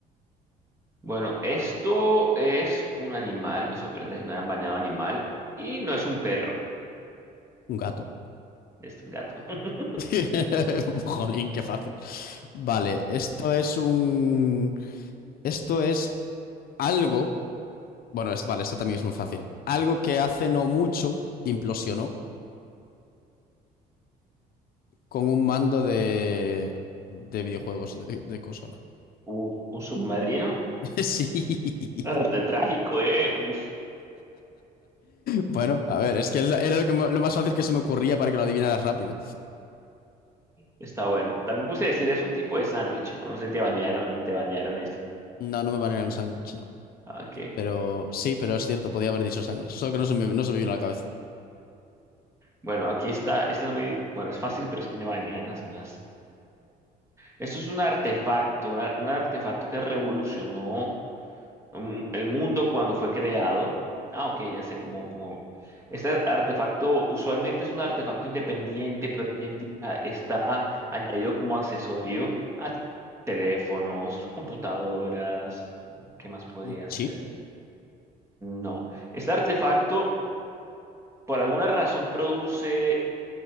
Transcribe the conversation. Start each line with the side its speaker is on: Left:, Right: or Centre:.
Right: Bueno, esto es un animal, me sorprende que no hayan baneado animal, y no es un perro,
Left: Un gato.
Right: es un gato. <laughs>
Left: <laughs> Jolín, qué fácil. Vale, esto es un. Esto es algo Bueno, es, vale, esta también es muy fácil. Algo que hace no mucho implosionó con un mando de, de videojuegos de, de consola.
Right: Uf, un submarino,
Left: <laughs> Sí.
Right: Ah, re trágico, eh. Uf,
Left: Bueno, a ver, es que es la- era lo, que ma- lo más fácil que se me ocurría para que lo adivinaras rápido.
Right: está bueno. También puse decir, es un tipo de sándwich, o no sé si te banearon, te banearon esto.
Left: No, no me van a ir a un sándwich, no.
Right: Ah, Ok,
Left: Pero sí, pero es cierto, podía haber dicho sándwich. Solo que no se me, no se me vino a la cabeza.
Right: bueno, aquí está, esta es muy, bueno, es fácil, pero es que me banearon las más. Eso es un artefacto, una- un artefacto que revolucionó mm, el mundo cuando fue creado. Ah, ok, ya sé cómo, cómo. Este artefacto usualmente es un artefacto independiente, pero hoy en día está añadido como accesorio a teléfonos, computadoras. mm, ¿Qué más podría
Left: ¿Un chip?
Right: ser? No. Este artefacto, por alguna razón, produce